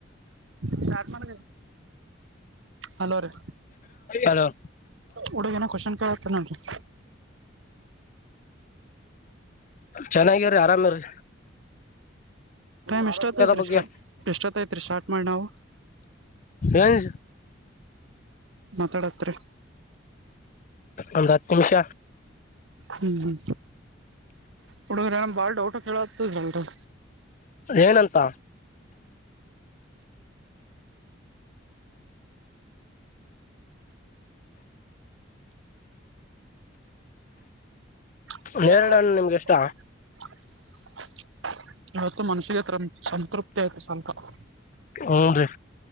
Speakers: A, on the right; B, on the left.
A: ಸ್ಟಾರ್ಟ್ ಮಾಡ ಹಲೋ ರೀ
B: ಹಲೋ
A: ಹುಡುಗ ಏನೋ ಕ್ವಾಶನ್ ಕೇಳತ್ತಾರ್ ನೋಡ ರೀ‌.
B: ಚೆನ್ನಾಗಿ ರೀ ಆರಾಮೇ ರೀ.
A: ಟೈಮ್ ಎಷ್ಟೊತ್ತ್ ರೀ
B: ಬಗ್ಗೆ
A: ಎಷ್ಟೊತ್ತ್ ಐತ್ ರೀ ಸ್ಟಾರ್ಟ್ ಮಾಡಿ ನಾವು.
B: ಏನ್
A: ಮತಾಡತ್ ರ್ರೀ
B: ಒಂದ್ ಹತ್ತು ನಿಮಿಷ.
A: ಹ್ಮ್ ಹ್ಮ್ ಹುಡುಗರ್ ಏನೋ ಬಾಳ್ ಡೌಟ್ ಕೇಳಹತ್ತಿರ್ಲಲ್ರಿ.
B: ಏನಂತ
A: <unintelligible>
B: ನೇರಳೆ ಹಣ್ಣು ನಿಮ್ಗೆ ಇಷ್ಟ
A: ಇವತ್ತು ಮನಸಿಗೆ ತ್ರಂ ಸಂತೃಪ್ತಿ ಆಯ್ತು ಸ್ವಲ್ಪ. ಹ್ಮ್
B: ಹ್ಞೂ ರೀ